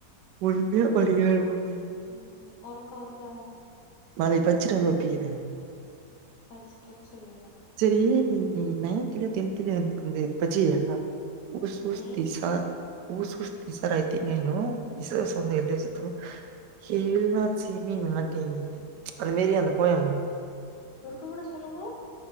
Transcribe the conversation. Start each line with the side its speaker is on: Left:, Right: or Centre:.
Right: பொறுமையா படிக்கிறாரு <unintelligible>
Left: ம் ஒறக்க வர்தா
Right: நாளைக்கு பச்சிட்டு வந்து ஒப்பிக்கிறே
Left: படிச்ட்டு வந்து சொல்விங்க
Right: செரி நீ நைன்த்லயோ டென்த்லயோ இருக்கும் போது பச்சியா உஸ் உஸ்
Left: நைன்
Right: திஸ்ஸா whose ஊஸ் these are I think I know Ijaz வந்து எல்லை Sidho he will not say me not anyway அந்த மாரி அந்த போயம்
Left: ஒருக்கா கூட சொல்லுங்க